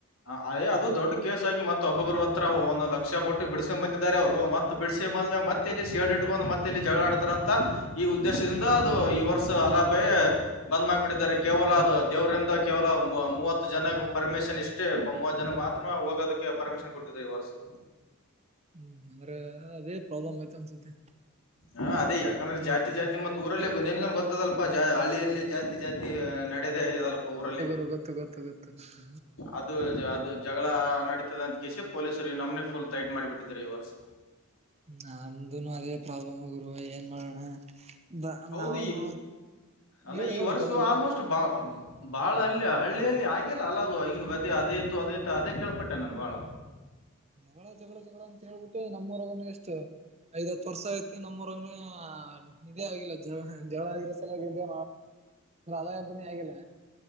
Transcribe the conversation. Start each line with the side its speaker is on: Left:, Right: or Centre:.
Left: ಹ ಅಯ್ ಅದು ದೊಡ್ಡ ಕೇಸ್ ಆಗ ಮತ್ತ ಒಬ್ಬೊಬ್ಬರ ಹತ್ರ ಒಂದು ಲಕ್ಷ ಕೊಟ್ಟ ಬಿಡಿಸಕೊಂಡ ಬಂದಿದ್ದಾರೆ ಅವ್ರು ಮತ್ತೆ. ಬಿಡಡ್ಸ ಬಂದ ಮ್ಯಾಗ ಮತ್ತೆಲ್ಲಿ ಸಡ್ ಇಟ್ಕ್ ಮತ್ತೆಲ್ಲಿ ಜಗಳ ಆಡ್ತಾರ ಅಂತ ಈ ಉದ್ದೇಶದಿಂದ ಅದು ಈ ವರ್ಷ ಅಲಾ ಬೇ ಬಂದ್ ಮಾಡ್ಬಿಟ್ಟಿದ್ದಾರೆ ಕೇವಲ ಅದು ದೇವರಿಂದ ಕೇವಲ ಮೂವತ್ತು ಜನ ಪರ್ಮಿಷನ್ ಇಷ್ಟೇ ಮೂವತ್ ಜನಕ್ಕೆ ಮಾತ್ರ ಹೋಗೋದಕ್ಕೆ ಪರ್ಮಿಷನ್ ಕೊಟ್ಟಿದ್ ಈ ವರ್ಷು
Right: ಹ್ಮ್ ಅಂದ್ರೆ ಅದೇ ಪ್ರಾಬ್ಲಮ್ ಆಯ್ತು ಅನ್ಸತಿ
Left: ಹಾ ಅದೇ ಯಾಕಂದ್ರೆ
Right: <unintelligible>
Left: ಜಾತಿ ಜಾತಿ ಮತ್ತು ಊರಲ್ಲಿ ನಿಂಗೆನ್ ಗೊತ್ತದಲ್ಪ ಜ ಹಳ್ಳಿಯಲ್ಲಿ ಜಾತಿ ಜಾತಿ ನಡದೇ ಇದಲ್ಲಪ್ಪ ಊರಲ್ಲಿ
Right: ಗ ಗತ್ತು ಗತ್ತು ಗತ್ತು ಗತ್ತು
Left: ಅದು ಅದು ಅದು ಜಗಳ ನಡತದ ಅಂತ ಕಸಿ ಪೊಲೀಸರು ನಮ್ನೆ ಫುಲ್ ಟೈಟ್ ಮಾಡಿಬಿಟ್ಟಿದ್ದರ ಈ ವರ್ಷ
Right: ನಮ್ದುನು ಅದೇ ಪ್ರಾಬ್ಲಮ್ಗುರು ಏನ್ ಮಾಡೋಣ ಬ
Left: ಹೌದು
Right: ನಾವನು
Left: ಈ ಅಲ್ಲ
Right: ಹೇಳು
Left: ಈ
Right: ಹೇಳು
Left: ವರ್ಷು
Right: ಪರವಾಗಿಲ್ಲ
Left: ಆಲ್ಮೋಸ್ಟ್
Right: ಹೇಳು
Left: ಬಾ ಬಾಳ ಅಲ್ಲಿ ಹಳ್ಳಿಯಲ್ಲಿ ಆಗಿಲ್ಲ ಅಲ್ಲದು ಹಿಂಗ ಬದಿ ಅದು ಇತ್ತು ಅದು ಇತ್ತು ಅದೇ ಕೇಳ್ಪಟ್ಟೆ ನಾನು ಬಾಳ
Right: ಹ್ಮ ಜಗಳ ಜಗಳ ಅಂತ ಹೇಳ್ಬಿಟ್ಟೆ ನಮ್ಮೂರಗ ಎಷ್ಟು ಐದ್ ಹತ್ತು ವರ್ಷ ಆಯ್ತು ಅದಕ್ಕೆ ಮತ್ತ ನಮ್ಮೂರಗನು ಇದೇ ಆಗಿಲ್ಲ ಜವ ಜಗಳ ಆಗಿರೋ ಸಲಂದ ರಾಯ ಹಬ್ಬನೇ ಆಗಿಲ್ಲ